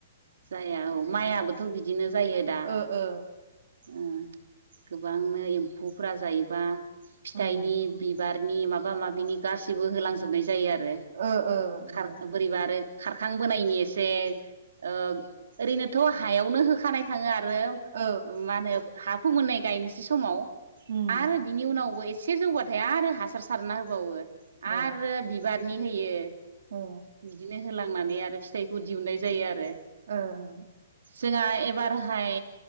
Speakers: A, on the right (about 90°); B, on the right (about 60°).
A: जाया औ माइआबोथ' बिदिनो जायो दा
B: ओ ओ
A: ओ गोबांनो एम्फौफ्रा जायोबा फिथाइनि
B: उम
A: बिबार नि माबा माबिनि गासिबो होलांजोबनाय जा जायो आरो
B: ओ ओ
A: खार
B: उम
A: बोरैबा आरो खारखांबोनायनि जे ओ ओरैनोथ' हायावनो होखानाय थाङो आ रो
B: औ
A: मानो हा फोमोननाय गायनोसै समाव
B: उम
A: आरो बिनि उनावबो एसे से जौबाथाय आरो हासार सारना होबावो।
B: ओ
A: आरो बिबारनि होयो
B: ओ
A: बिदिनो होला थांनानै आरो फिथाइखौ दिहुननाय जायो आरो
B: ओ ओं
A: जोंहा एबारहाय